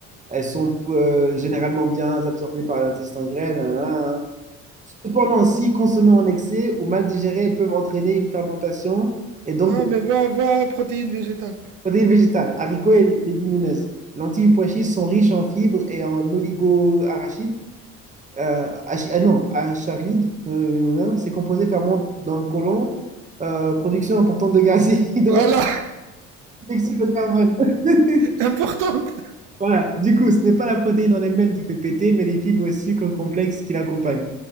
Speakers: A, on the right; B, on the right.
A: Elles sont euh, généralement bien absorbées par l'intestin grêle. nan, nan, nan. hein. Cependant, si consommées en excès ou mal digérées, elles peuvent entraîner une fermentation et donc
B: Non,
A: des
B: mais va, va, protéines végétales.
A: protéines végétales, haricots et légumineuses. Lentilles et pois chiches sont riches en fibres et en oligo-arachides Euh, ach- ah non, acharide, euh, c'est composé ferment dans le côlon, euh, production importante de gaz et <laughs> hydroxyde
B: Voilà,
A: de carbone. <laughs>
B: <laughs> importante.
A: Voilà, du coup, ce n'est pas la protéine en elle-même qui fait péter, mais les fibres et sucres complexes qui l'accompagnent.